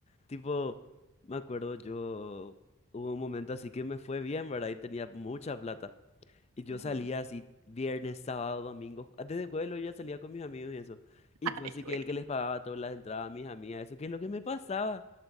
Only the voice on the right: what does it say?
Ujú.
Ay,
güey.